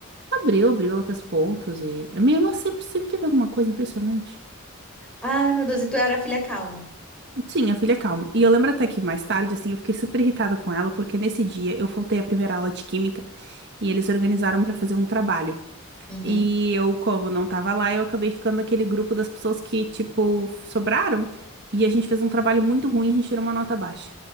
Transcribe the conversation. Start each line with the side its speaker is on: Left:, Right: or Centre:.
Right: Abriu, abriu, ela fez pontos e. A minha irmã sempre, sempre teve alguma coisa impressionante.
Centre: Ai, meu Deus, e tu era a filha calma.
Right: Sim, a filha é calma. E eu lembro até que mais tarde, assim, eu fiquei super irritada com ela, porque nesse dia eu faltei a primeira aula de química e eles organizaram pra fazer um trabalho.
Centre: Uhum.
Right: E eu, como não tava lá, eu acabei ficando naquele grupo das pessoas que, tipo, sobraram. E a gente fez um trabalho muito ruim e a gente tirou uma nota baixa.